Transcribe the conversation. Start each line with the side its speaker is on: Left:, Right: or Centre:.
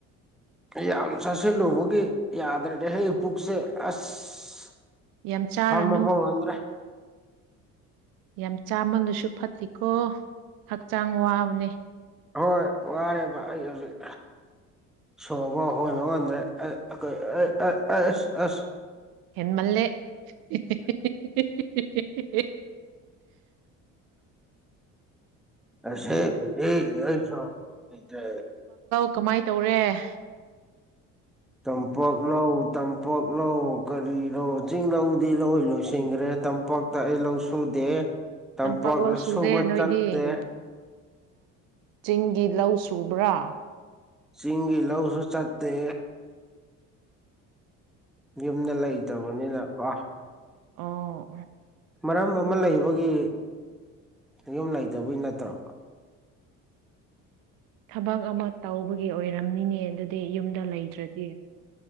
Centre: ꯌꯥꯝ ꯆꯥꯁꯤꯜꯂꯨꯕꯒꯤ ꯌꯥꯗ꯭ꯔꯦꯗꯤ ꯍꯦ ꯄꯨꯛꯁꯦ ꯑꯁ
Right: ꯌꯥꯝ ꯆꯥꯔꯅꯨ
Centre: ꯐꯝ ꯕꯐꯧ ꯉꯝꯗꯔꯦ
Right: ꯌꯥꯝ ꯆꯥꯃꯜꯂꯨꯁꯨ ꯐꯠꯇꯀꯣ ꯍꯛꯆꯥꯡ ꯋꯥꯕꯅꯦ
Centre: ꯍꯣꯏ ꯋꯥꯔꯦ ꯚ ꯑꯩ ꯍꯧꯖꯤꯛ ꯁꯣꯕ ꯍꯣꯏꯕ ꯉꯥꯟꯗ꯭ꯔꯦ ꯑꯩ ꯑꯩꯏ ꯑ ꯑꯁ ꯑꯁ
Right: ꯍꯦꯟꯃꯜꯂꯦ ꯍ
Centre: ꯑꯁꯦꯗꯤ ꯑꯩꯁꯨꯣ ꯅꯇ
Right: ꯀꯃꯥꯏꯅ ꯇꯧꯔꯦ
Centre: ꯇꯝꯄꯥꯛ ꯂꯧ ꯇꯝꯄꯥꯛ ꯂꯧ ꯀꯔꯤ ꯂꯧ ꯆꯤꯡ ꯂꯧꯗꯤ ꯂꯣꯏ ꯂꯣꯏꯁꯤꯟꯈ꯭ꯔꯦ ꯇꯝꯄꯥꯛ ꯑꯩ ꯂꯧ ꯁꯨꯗꯦ ꯇꯝꯄꯥꯛꯇ
Right: ꯇꯝꯄꯥꯛ ꯂꯧ ꯁꯨꯗꯦ
Centre: ꯁꯨꯕ
Right: ꯅꯣꯏꯗꯤ
Centre: ꯆꯠꯇꯦ
Right: ꯆꯤꯡꯒꯤ ꯂꯧ ꯁꯨꯕ꯭ꯔꯥ
Centre: ꯆꯤꯡꯒꯤ ꯂꯧꯁꯨ ꯆꯠꯇꯦ ꯌꯨꯝꯗ ꯂꯩꯇꯕꯅꯤꯅ ꯄꯥꯛ
Right: ꯑꯣ
Centre: ꯃꯔꯝ ꯑꯃ ꯂꯩꯕꯒꯤ ꯌꯣꯝ ꯂꯩꯇꯕꯒꯤ ꯅꯠꯇ꯭ꯔꯣ
Right: ꯊꯕꯛ ꯑꯃ ꯇꯧꯕꯒꯤ ꯑꯣꯏꯔꯝꯅꯤꯅꯦ ꯑꯗꯨꯗꯤ ꯌꯨꯝꯗ ꯂꯩꯗ꯭ꯔꯗꯤ